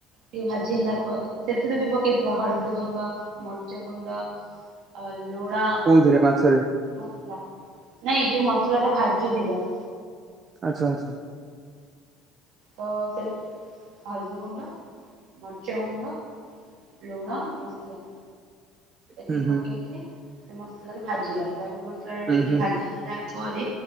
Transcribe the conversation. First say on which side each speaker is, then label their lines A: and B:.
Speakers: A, on the right; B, on the right.
A: ଟିକେ ଭାଜି ହେଲା ପରେ, ସେଥିରେ ବି ପକେଇଥିବା ହଳଦୀ ଗୁଣ୍ଡ, ମର୍ଚ ଗୁଣ୍ଡ- ଅ ଲୁଣ-
B: କଉଁଥିରେ ମାଛରେ-
A: ମସଲା, ନାଇଁ ଯୋଉ ମସଲା ଟା ଭାଜୁଥିବା।
B: ଆଚ୍ଛା ଆଚ୍ଛା
A: ତ ସେ ହଳଦୀ ଗୁଣ୍ଡ, ମର୍ଚ୍ୟ ଗୁଣ୍ଡ, ଲୁଣ, ମସଲା ଏତିକି
B: ହୁଁ
A: ପକେଇକିରି
B: ହୁଁ
A: ସେ ମସଲାରେ ଭାଜିବା, ତାପରେ ମସଲା ଟା
B: ହୁଁ
A: ଟିକେ
B: ହୁଁ
A: ଭାଜି ହେଲା ପରେ,